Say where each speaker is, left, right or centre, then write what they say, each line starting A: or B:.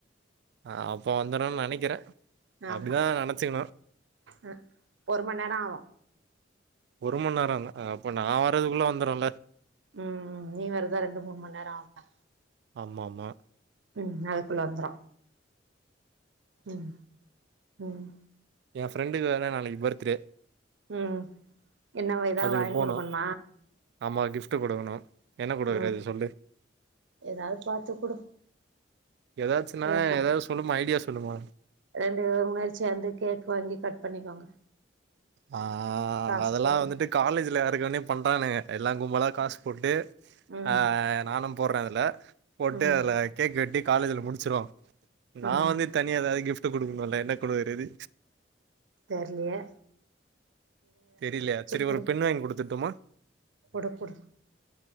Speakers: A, on the right (about 60°); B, on the right (about 80°).
A: ஆ அப்ப வந்துரும்னு நெனைக்கிறே
B: ஆமா
A: அப்படிதா நெனைச்சுக்கணு
B: அ ஒரு மண்நேர ஆகு
A: ஒரு மண்நேர அப்போ நா வரதுக்குள்ள வந்துருல்ல
B: ம் நீ வருதா ரெண்டு மூணு மண் நேர ஆக
A: ஆமா ஆமா
B: ம் அதுக்குள்ள வந்துரு ம் ம்
A: ஏ ஃப்ரெண்டுக்கு வேற நாளைக்கு பர்த்டே
B: ம் என்னவா இதா
A: அதுக்கு
B: வாங்கி
A: போனு
B: குடுக்கணுமா
A: ஆமா கிஃப்ட் குடுக்கணு என்ன குடுக்குறது
B: ம்
A: சொல்லு
B: ஏதாவது பாத்து குடு
A: ஏதாச்சுன்னா
B: இதப்பா
A: ஏதாவது சொல்லுமா ஐடியா சொல்லுமா
B: ரெண்டு முணறச்சியாந்து கேக் வாங்கி கட் பண்ணிக்கோங்க
A: ஆ
B: காசு
A: அதெல்ல
B: போட்டு
A: வந்துட்டு காலேஜில இருக்கவனே பண்ணுறானுங்க எல்லா கும்பலா காசு போட்டு
B: ம்
A: அ நானு போடுறதுல அதுல போட்டு
B: ம்
A: அதுல கேக் வெட்டி காலேஜ்ல முடிச்சிர நா
B: ம்
A: வந்து தனிய ஏதாவது கிஃப்ட்டு குடுக்கணும்ல என்ன குடுக்கறது
B: தெரலயே
A: தெரிலையா செரி
B: குடு
A: ஒரு பெண்ணு வாங்கி குடுத்துட்டோமா
B: குடு குடு